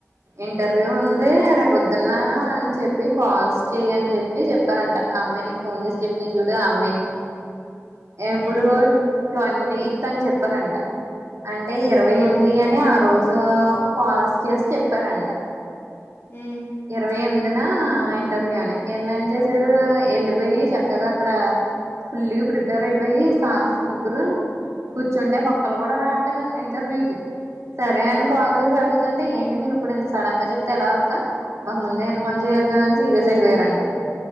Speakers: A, on the right; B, on the left.
A: ఇంటర్వ్యూ
B: ఉమ్
A: ఉంది రేపోద్దు డున్నా అని చెప్పి కాల్స్ చెయ్యి అని చెప్పి చెప్పారంట అమ్మాయి నీకు ఫోన్ చేసి చెప్పిన చూడు ఆ అమ్మాయికి ఇప్పుడు
B: ఉమ్
A: ట్వంటీత్ అని చెప్పారంట అంటే ఇరవై
B: ఆ
A: ఎనిమిది అని ఆ రోజు కాల్స్ చేసి చెప్పారంట
B: హ్మ్
A: ఇరవై ఎనిమి అదనా ఇంటర్వ్యూ అని ఎళ్ళ ఏం చేసారు ఎళ్ళిపోయి చక్కగా అక్కడ ఫుల్లి ప్రిపేర్ అయిపోయి సారస ముగగురు కూర్చుంటే
B: హ్మ్.
A: రావట్లేద్ అంటా ఇంటర్వ్యూకి సరే అని కాల్ చేసి అడుగుతుంటే ఏంటి మీరు ఇప్పుడు ఇంత సడన్ గా చెప్తే ఎలా వస్తా మాకు ముందే ఇన్ఫోమ్ చేయాలి కదా అని సీరియస్ అయిపోయారంట